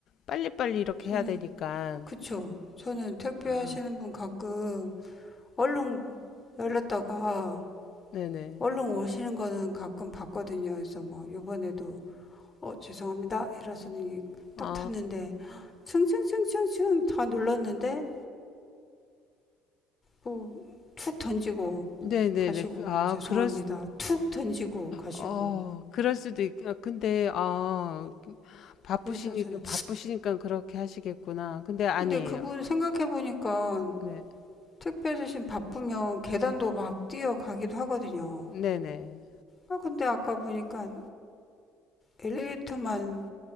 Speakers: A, on the left; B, on the left.
A: 빨리빨리 이렇게
B: 저는,
A: 해야 되니까.
B: 그쵸. 저는 택배
A: 음,
B: 하시는 분 가끔 얼른 열렸다가
A: 네네.
B: 얼른 오시는 거는 가끔 봤거든요. 그래서 뭐, 요번에도, 어, 죄송합니다. 이러서는 딱
A: 아,
B: 탔는데, 층층층층층 다 눌렀는데, 뭐, 툭 던지고
A: 네네네.
B: 가시고,
A: 그- 아,
B: 죄송합니다.
A: 그럴 수,
B: 툭 던지고 가시고.
A: 어, 그럴 수도 있, 아, 근데, 아, 바쁘시니까,
B: 그래서 저는,
A: 바쁘시니까 그렇게 하시겠구나. 근데 아니에요.
B: 근데 그분 생각해보니까
A: 네.
B: 택배 주신 바쁘면 계단도 막 뛰어가기도 하거든요.
A: 네네.
B: 아, 근데 아까 보니까 엘리베이터만